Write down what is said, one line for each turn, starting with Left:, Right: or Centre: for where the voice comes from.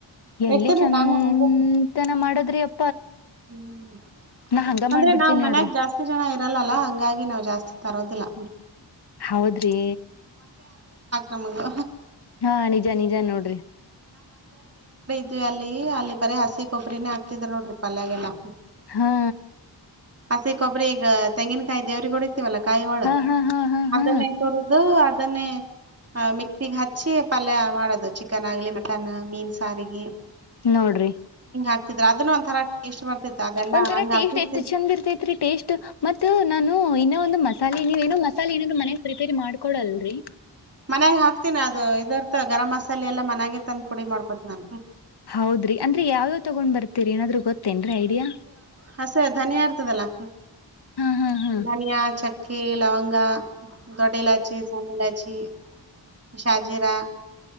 Left: ಎಲ್ಲಿ
Right: ಇಡ್ತೇನ್ರಿ
Left: ಚಂತನ
Right: ನಾನು ಹಂಗೆ
Left: ಮಾಡದ್ರೆ ಅ
Right: ಹ್ಮ್
Left: ಹಂಗ
Right: ಅಂದ್ರೆ
Left: ಮಾಡ್ಬಿಡ್ತೀನಿ
Right: ನಾವ್ ಮನ್ಯಾಗ
Left: ನೋಡ್ರಿ
Right: ಜಾಸ್ತಿ ಜನ ಇರಲ್ಲಲ್ಲ ಹಂಗಾಗಿ ನಾವ್ ಜಾಸ್ತಿ ತರೋದಿಲ್ಲ
Left: ಹೌದ್ರಿ
Right: ನಮಗೆ
Left: ಹಾ ನಿಜ ನಿಜ ನೋಡ್ರಿ
Right: ಇ ಅಲ್ಲಿ ಅಲ್ಲಿ ಬರೀ ಹಸಿ ಕೊಬ್ರಿನೇ ಹಾಕ್ತಿದ್ರ ನೋಡ್ರಿ ಪಲ್ಯಾಗಲ್ಲಾ
Left: ಹಾ
Right: ಹಸಿ ಕೊಬರಿ ಈಗ ತೆಂಗಿನಕಾಯಿ ದೇವ್ರಿಗ್ ಒಡಿ ವಲ್ಲ ಕಾಯಿ ಹೊಳ
Left: ಹಾ ಹಾ ಹಾ ಹಾ ಹಾ
Right: ಅದನ್ನೇ ತುರದು ಅದನ್ನೇ ಹ ಮಿಕ್ಸಿಗೆ ಹಚ್ಚಿ ಪಲ್ಯ ಮಾಡೋದು ಚಿಕನ್ ಆಗ್ಲಿ ಮಟನ್ ಮೀನ್ ಸಾರಿಗೆ
Left: ನೋಡ್ರಿ
Right: ಅಗತಡ್ರಿ ಅದನ್ನು ಒಂಥರ ಟೇಸ್ಟ್ ಬರ್ತಿತ್ತು ಅದೆಲ್ಲಾ
Left: ಒಂಥರ
Right: ಹಂಗ
Left: ಟೇಸ್ಟ್
Right: ಹಸಿ
Left: ಎಷ್ಟ ಚಂದ ಇರ್ತೈತ್ರಿ ಟೇಸ್ಟ್ ಮತ್ತ ನಾನು ಇನ್ನೊ ಒಂದು ಮ ಮಸಾಲೆ ನೀವ ಏನೋ ಮಸಾಲೆ ಏನಾದರು ಮನೇಲಿ ಪ್ರಿಪೇರ್ ಮಾಡ್ಕೊಡಲ್ರರಿ
Right: ಮನ್ಯಾಗ ಹಾಕ್ತೀನಿ ಅದು ಇದರ್ಥ ಗರಂ ಮಸಾಲೆಲ್ಲಾ ಮನ್ಯಾಗ ತಂದು್ ಪುಡಿ ಮಾಡ್ಕೋದ ನಾು
Left: ಹೌದ್ರಿ ಅಂದ್ರೆ ಯಾವ್ ಯಾವ್ ತಗೊಂಡ್ ಬರ್ತೀರಿ ಏನಾದ್ರು ಗೊತ್ತ ತೆನ್ರೀ ಐಡಿಯಾ
Right: ಹಸೆ ಧನಿಯಾ ಇರ್ತದಲ್ಲಾ
Left: ಹಾ ಹಾ ಹಾ
Right: ಧನಿಯಾ ಚಕ್ಕೆ ಲವಂಗ ನ ದೊಡ್ಡ ಇಲಾಚಿ ಸಣ್ಣ ಇಲಾಚಿ ಶಾಜೀರಾ